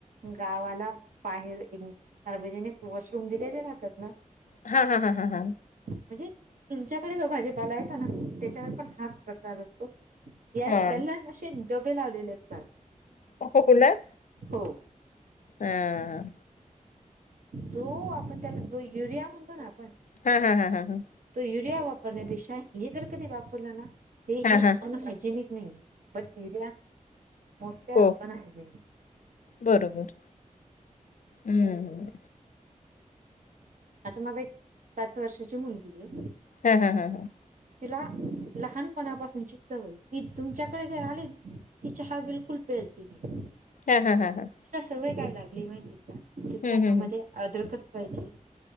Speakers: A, on the right; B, on the left.
A: गावाला बाहेर एक सार्वजनिक वॉशरूम दिलेले राहतातना.
B: हा हा हा हा हां.
A: म्हणजे तुमच्याकडे भाजीपाला येतोना त्याच्यावर पण हा प्रकार असतो. त्यांना
B: हा
A: असे डबे लावलेले असतात.
B: हो न..
A: हो..
B: ह..
A: तो आपण त्याला जो युरिया म्हणतो ना आपण
B: हा हा हा हा हा.
A: त युरिया वापरण्यापेक्षा हे जर कधी वापरलं ना ते
B: हा हा हा
A: अनहायजेनिक नाही बट युरिया मोस्टली
B: हो
A: अपर हाॅजेनिक.
B: बरोबर हम्म.
A: आता माझ एक पाच वर्षाची मुलगी आहे
B: हा हा हा हां.
A: तिला लहानपणापासूनची सवय ती तुमच्याकडे जर आली ती चहा बिलकुल प्यायची नाही.
B: हा हा हा हां.
A: तिला सवय काय लागली माहिती कात
B: हम्म
A: चहामध्ये
B: हम्म हम्म
A: आदरकच पाहिजे.